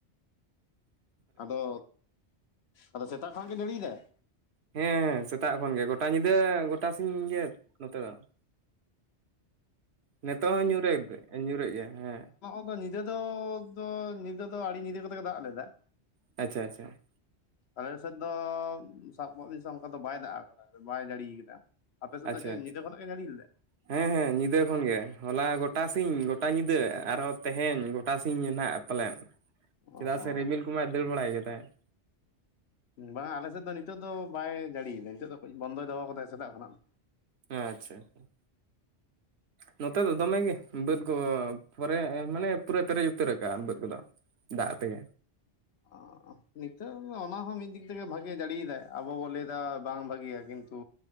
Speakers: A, on the right (about 70°); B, on the left (about 70°).
A: ᱾
B: ᱟᱫᱚ, ᱟᱫᱚ ᱥᱮᱛᱟᱜ ᱠᱷᱚᱱᱟᱜ ᱜᱮ ᱡᱟᱲᱤᱭ ᱫᱟᱭ?
A: ᱦᱮᱸ ᱥᱮᱛᱟᱜ ᱠᱷᱚᱱ ᱜᱮ ᱜᱳᱴᱟ ᱧᱤᱫᱟᱹ ᱜᱳᱴᱟ ᱥᱤᱧ ᱜᱮ ᱱᱚᱛᱮ ᱫᱚ ᱾ ᱱᱤᱛᱚᱜ ᱦᱚᱸ ᱧᱩᱨᱮ ᱧᱩᱨᱮᱜ ᱜᱮᱭᱟᱭ ᱦᱮᱸ ᱾
B: ᱟᱫᱚ ᱧᱤᱫᱟᱹ ᱫᱚ ᱫᱚ ᱧᱤᱫᱟᱹ ᱫᱚ ᱟᱹᱲᱤ ᱧᱤᱫᱟᱹ ᱠᱟᱛᱮ ᱜᱮ ᱫᱟᱜ ᱞᱮᱫᱟ ᱾
A: ᱟᱪᱷᱟ ᱟᱪᱷᱟ ᱾
B: ᱟᱞᱮ ᱥᱮᱫ ᱫᱚ ᱥᱟᱵ ᱠᱟᱜ ᱵᱤᱱ ᱥᱮ ᱚᱱᱠᱟ ᱫᱚ ᱵᱟᱭ ᱫᱟᱜ ᱠᱟᱫᱟ ᱵᱟᱭ ᱡᱟᱲᱤᱭ ᱠᱟᱫᱟ ᱾ ᱟᱯᱮ ᱥᱮᱫ
A: ᱟᱪᱪᱷᱟ
B: ᱫᱚ ᱪᱮ
A: ᱟᱪᱪᱷᱟ
B: ᱧᱤᱫᱟᱹ ᱠᱷᱚᱱᱟᱜ ᱜᱮ ᱡᱟᱹᱲᱤ ᱞᱮᱫᱟᱭ?
A: ᱦᱮᱸ ᱦᱮᱸ ᱦᱮᱸ ᱧᱤᱫᱟᱹ ᱠᱷᱚᱱᱜᱮ ᱦᱚᱞᱟ ᱜᱚᱴᱟ ᱥᱤᱧ ᱜᱚᱴᱟ ᱧᱤᱫᱟᱹ ᱟᱨᱦᱚᱸ ᱛᱮᱦᱮᱧ ᱜᱚᱴᱟ ᱥᱤᱧ ᱱᱟᱦᱜ ᱯᱟᱞᱮᱫ ᱾
B: ᱚ
A: ᱪᱮᱫᱟᱜ ᱥᱮ ᱨᱢᱤᱞ ᱠᱚᱢᱟᱭ ᱫᱟᱹᱲ ᱵᱟᱲᱟᱭᱮᱜ ᱜᱮ ᱛᱟᱦᱮᱸᱫ ᱾
B: ᱵᱟᱝ-ᱟ ᱟᱞᱮ ᱥᱮᱫ ᱫᱚ ᱱᱤᱛᱚᱜ ᱫᱚ ᱵᱟᱭ ᱡᱟᱲᱤᱭᱫᱟ ᱱᱤᱛᱚᱜ ᱫᱚ ᱠᱟᱹᱡ ᱵᱚᱱᱫᱚᱭ ᱫᱚᱦᱚ ᱠᱟᱫᱟᱭ ᱥᱮᱛᱟᱜ ᱠᱷᱚᱱᱟᱜ ᱫᱚ ᱾
A: ᱟᱪᱪᱷᱟ ᱟᱪᱷᱟ ᱾
B: <unintelligible>
A: ᱱᱚᱛᱮ ᱫᱚ ᱫᱚᱢᱮ ᱜᱮ ᱵᱟᱹᱫᱽ ᱠᱚ ᱯᱚᱨᱮ ᱢᱟᱱᱮ ᱯᱩᱨᱟᱹ ᱯᱮᱨᱮᱡ ᱩᱛᱟᱹᱨ ᱠᱟᱜᱼᱟ ᱵᱟᱹᱫᱽ ᱠᱚᱫᱚ ᱾ ᱫᱟᱜ ᱛᱮᱜᱮ ᱾
B: ᱚᱸ ᱾ ᱱᱤᱛᱚᱜ ᱚᱱᱟᱦᱚᱸ ᱢᱤᱫ ᱫᱤᱠ ᱛᱮᱜᱮ ᱵᱷᱟᱜᱮ ᱡᱟᱲᱤᱭ ᱫᱟᱭ ᱟᱵᱚ ᱵᱚᱱ ᱞᱟᱹᱭᱫᱟ ᱵᱟᱝ ᱵᱷᱟᱜᱮᱭᱟ ᱠᱤᱱᱛᱩ